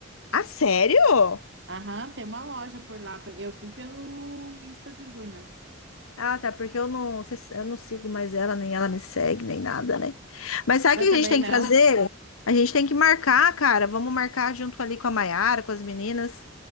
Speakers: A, on the left (about 85°); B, on the right (about 55°).
A: a sério?
B: Aham, tem uma loja por lá. Eu fui pelo Insta do Júnior.
A: Ah, tá, porque eu não, eu não sigo mais ela, nem ela me segue, nem nada, né? Mas sabe
B: Eu
A: o que
B: também
A: a gente tem
B: não.
A: que fazer? A gente tem que marcar, cara. Vamos marcar junto ali com a Maiara, com as meninas.